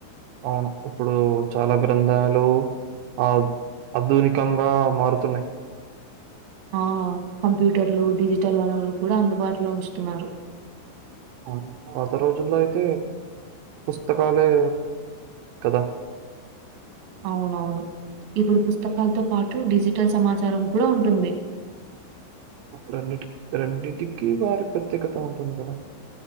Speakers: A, on the right (about 85°); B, on the right (about 65°).
A: అవును ఇప్పుడు చాలా గ్రంథాలు ఆ ఆద్దునికంగా మారుతున్నాయి
B: ఆ కంప్యూటర్లు డిజిటల్ వనరులు కూడా అందుబాటులో ఉంచుతున్నారు
A: అవును పాత రోజుల్లో అయితే పుస్తకాలే కదా
B: అవునవును ఇప్పుడు పుస్తకాలతో పాటు డిజిటల్ సమాచారం కూడా ఉంటుంది
A: రండి రెండింటికి వారి ప్రత్యేకత ఉంటుంది కదా